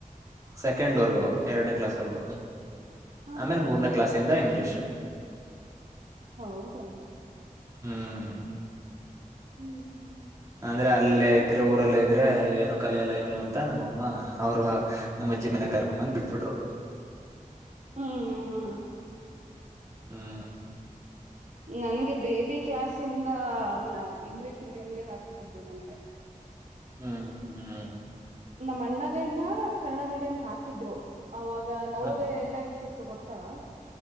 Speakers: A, on the right; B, on the right.
A: ಸೆಕೆಂಡ್ವರ್ಗೂ ಎರಡನೇ ಕ್ಲಾಸ್ ವರ್ಗೂ
B: ಹಾ
A: ಆಮೇಲೆ
B: ಹಾ
A: ಮೂರ್ನೇ
B: ಹಾ
A: ಕ್ಲಾಸ್ ಇಂದ ಇಂಗ್ಲಿಷು.
B: ಹೌದ
A: ಹ್ಮ್.
B: ಹ್ಮ್ ಹ್ಮ್.
A: ಅಂದ್ರೆ ಅಲ್ಲೇ ಇದ್ರೆ ಊರಲ್ಲೇ ಇದ್ರೆ ಏನು ಕಲಿಯಲ್ಲ ಇವನು ಅಂತ ನಮ್ಮಮ್ಮ ಅವರು ನಮ್ಮ ಅಜ್ಜಿ ಮನೆ. ಕರ್ಕೊ ಬಂದ್ ಬಿಟ್ಬಿಟ್ರು.
B: ಹ್ಮ್ ಹ್ಮ್
A: ಹ್ಮ್.
B: ನನ್ಗೆ ಬೇಬಿ ಕ್ಲಾಸಿಂದ ಇಂಗ್ಲಿಷ್ ಮೀಡಿಯಂ ಹಾಕ್ಬಿಟ್ಟಿದ್ದು ನನ್ಗೆ.
A: ಹ್ಮ್ ಹ್ಮ್.
B: ನಮ್ಮ್ ಅಣ್ಣಗೈನ್ನ ಕನ್ನಡ ಮೀಡಿಯಂ ಹಾಕಿದ್ರು ಅವಾಗ ನವೋದಯ
A: ಹ್ಮ್
B: ಎಲ್ಲಾ ಇ. ತ್ತಿತ್ತು ಗೊತ್ತಾ.